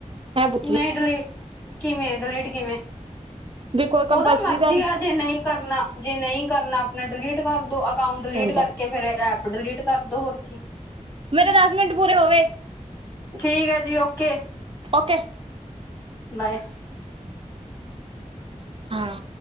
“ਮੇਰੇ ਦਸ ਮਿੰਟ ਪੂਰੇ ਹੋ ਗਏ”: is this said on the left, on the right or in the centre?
Right